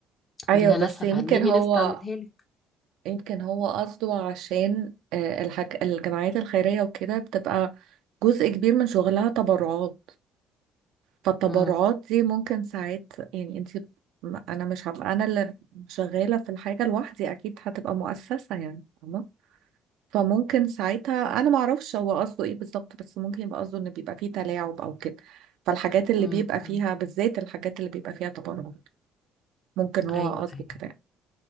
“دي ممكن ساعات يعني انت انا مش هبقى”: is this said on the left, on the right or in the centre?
Right